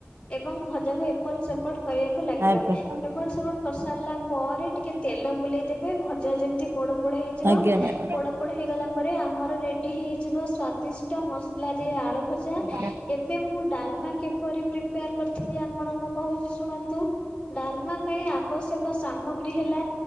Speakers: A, on the left (about 25°); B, on the right (about 60°).
A: ଏବଂ ଭ ଜାକୁ ଏପଟ ସେପଟ କରିବାକୁ ଲାଗିବା।
B: ଆଜ୍ଞା ଆଜ୍ଞା
A: ଏପଟ୍ ସେପଟ କରିସାରିଲା ପରେ ଟିକେ ତେଲ ବୁଲେଇଦେବେ ଭ ଯେମତି ପୋଡ ପୋଡ ହେଇଯିବ
B: ଆଜ୍ଞା ଆଜ୍ଞା
A: ପୋଡ ପୋଡ ହେଇଗଲା ପରେ ଆମର ରେଡି ହେଇଯିବ ସ୍ଵା ଦିଷ୍ଟ ମସଲା ଦିଆ ଆଳୁ ଭଜା,
B: ମ୍ୟାଡ଼ାମ।
A: ଏବେ ମୁଁ ଡାଲମା କିପରିି ପ୍ରିପେଆର କର୍ ରିଥିଲି ଆପଣଙ୍କୁ କହୁଛି ଶୁଣନ୍ତୁ। ଡାଲମା ପାଇଁ ଆବଶ୍ୟକ ସାମଗ୍ରୀ ହେଲା